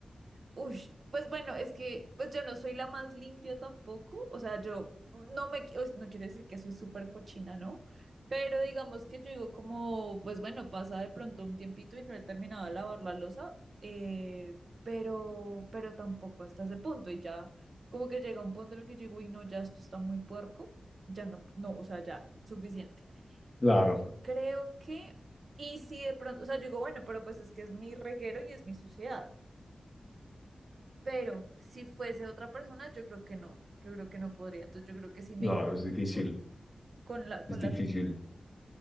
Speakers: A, on the right (about 60°); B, on the left (about 15°).
A: Uy, pues bueno, es que pues yo no soy la más limpia tampoco, o sea, yo no me, qui- no quiero decir que soy súper cochina, ¿no? Pero digamos que yo digo como, pues bueno, pasa de pronto un tiempito y no he terminado de lavar la losa, eh, pero, pero tampoco hasta ese punto y ya como que llega un punto en el que yo digo, uy, no, ya esto está muy puerco, ya no, no, o sea, ya, suficiente.
B: Claro,
A: Yo creo que, y si de pronto, o sea, yo digo, bueno, pero pues es que es mi reguero y es mi suciedad. Pero si fuese otra persona, yo creo que no. Yo creo que no podría. Entonces yo creo que sí me
B: claro,
A: iría
B: es difícil,
A: con la, con
B: es difícil.
A: la.